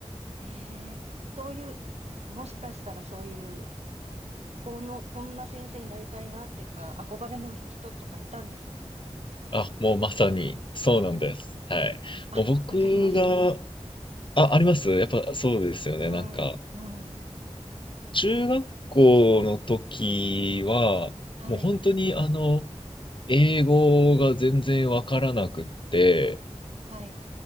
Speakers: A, on the right (about 60°); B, on the left (about 45°).
A: ええ、そういう、もしかしたらそういう、この、こんな先生になりたいなっていうか、憧れの人とかいたんですか
B: あ、もうまさにそうなんです。
A: あ
B: はい。
A: あー。
B: もう僕が、
A: あ、わかります。
B: あ、ありますやっぱそうですよね。
A: はい。
B: なんか。
A: うん。
B: 中学校の時は、
A: はい。
B: もう本当にあの、英語が全然わからなくって、
A: はい。